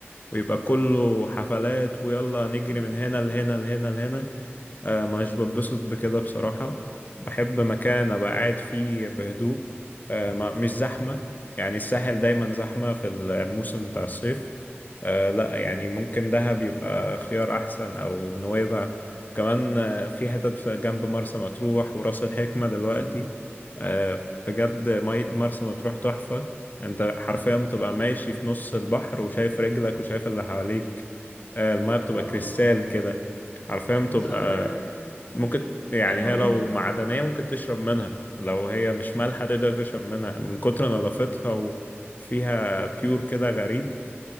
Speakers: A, on the left; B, on the left.
A: ويبقى كله حفلات ويلا نجري
B: امم
A: من هنا لهنا لهنا لهنا آه، مش بتبسط بكده بصراحة بحب مكان أبقى قاعد فيه بهدوء آه، ما- مش زحمة يعني الساحل دايما زحمة في الموسم بتاع الصيف آه، لا يعني ممكن دهب يبقى خيار أحسن أو نويبع كمان آه، في حتت جنب مرسى مطروح وراس الحكمة دلوقتي آه، بجد مية مرسى مطروح تحفة انت حرفيا بتبقى ماشي في نص البحر وشايف رجلك وشايف اللي حواليك آه، المية بتبقى
B: اه
A: كريستال كده عارفين
B: بالظبط
A: تبقى
B: ايوه
A: ممكن يعني
B: ده المالديف
A: هي لو معدنية ممكن تشرب منها لو هي مش مالحة تقدر تشرب منها من كتر نظافتها وفيها بيور كده غريب